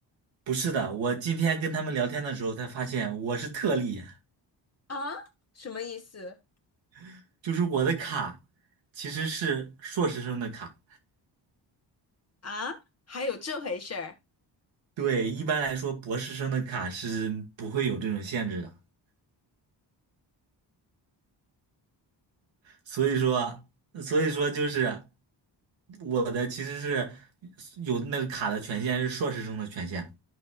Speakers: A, on the right; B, on the left.
A: 不是的，我今天跟他们聊天的时候才发现我是特例，
B: 啊？什么意思？
A: <laughs> 就是我的卡其实是硕士生的卡。
B: 啊？还有这回事儿
A: 对，一般来说，博士生的卡是不会有这种限制的，所以说，所以说就是我的其实是有那个卡的权限是硕士生的权限。